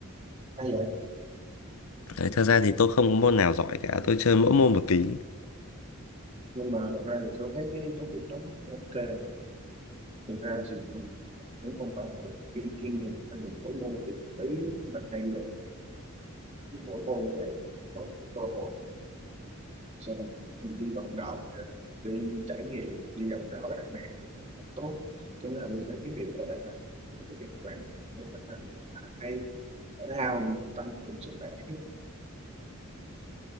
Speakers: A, on the right; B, on the left.
A: hay vậy
B: đấy, thật ra thì tôi không có môn nào giỏi cả tôi chơi mỗi môn một tí
A: nhưng mà thật ra thì tôi thấy cái công việc đó ok thực ra thì cũng không phải một cái chuyên nghiệp mà mình mỗi môn biết tí là hay được mỗi môn như vậy có cái cơ hội sau đó mình đi vận động đi trải nghiệm đi gặp gỡ bạn bè tốt thế là mình thấy cái việc ở đây là cái việc quản nó phải hay hay thể thao mình tăng cường sức khỏe chứ